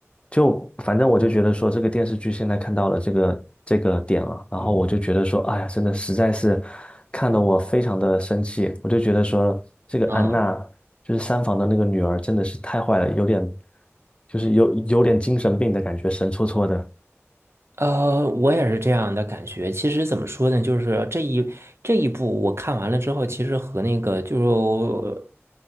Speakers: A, on the left; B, on the right.
A: 就反正我就觉得说这个电视剧现在看到了这个这个点了，然后我就觉得说，哎呀，真的实在是看得我非常的生气，我就觉得说这个安娜
B: 啊。
A: 就是三房的那个女儿真的是太坏了，有点就是有有点精神病的感觉，神戳戳的。
B: 呃，我也是这样的感觉。其实怎么说呢，就是这一这一部我看完了之后，其实和那个就是